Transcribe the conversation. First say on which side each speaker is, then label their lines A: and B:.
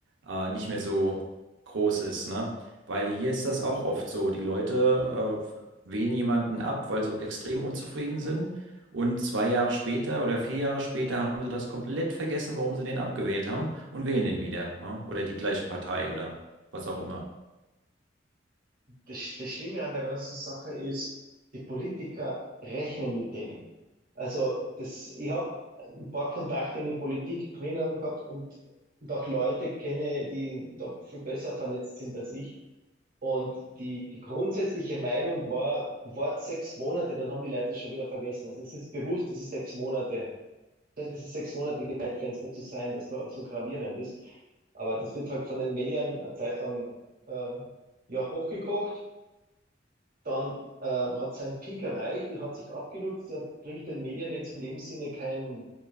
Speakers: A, on the right; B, on the right.
A: äh, nicht mehr so groß ist, ne? Weil hier ist das auch oft so. Die Leute äh, wählen jemanden ab, weil sie extrem unzufrieden sind. Und zwei Jahre später oder vier Jahre später haben sie das komplett vergessen, warum sie den abgewählt haben und wählen den wieder. Ja? Oder die gleiche Partei oder was auch immer.
B: das, Sch- das Schlimme an der ganzen Sache ist, die Politiker rechnen mit dem. Also das, ich habe ein paar Kontakte in die Politik drinnen gehabt und, und auch Leute kenne, die da viel besser vernetzt sind als ich. Und die, die grundsätzliche Meinung war, wart sechs Monate, dann haben die Leute es schon wieder vergessen. Also es ist bewusst, diese sechs Monate, scheint dieses sechsmonatige Zeitfenster zu sein, das da so gravierend ist. Aber das wird halt von den Medien eine Zeit lang äh, ja, hochgekocht dann ähm, hat sein Peak erreicht, die hat sich abgenutzt, das bringt den Medien jetzt in dem Sinne kein,